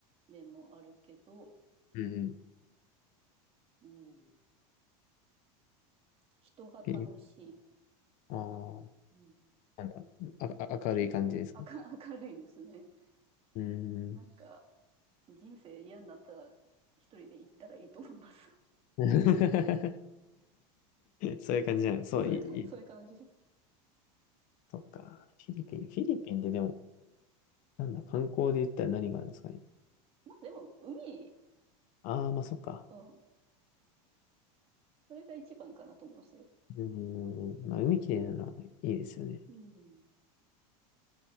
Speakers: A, on the right; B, on the left.
A: 面もあるけど、
B: うんうん。
A: うん。人が楽しい
B: え、
A: かな。
B: あー、
A: うん。
B: なんだ。あ、あ、明るい感じですか
A: あか、<laughs> 明るいですね。
B: うん。
A: なんか、人生嫌になったら、一人で行ったらいいと思います。
B: <laughs> そういう感じじゃん。そう、
A: <laughs> そういうか、
B: いい、いい
A: そういう感じです。
B: そっか。フィリピン、
A: うん。
B: フィリピンってでも、なんだ、観光で言ったら何があるんですかね。
A: まあ、でも、海、
B: ああ、まあそっか。
A: うん。それが一番かなと思いますよ。
B: うん。まあ、海きれいなのはいいですよね。
A: うん。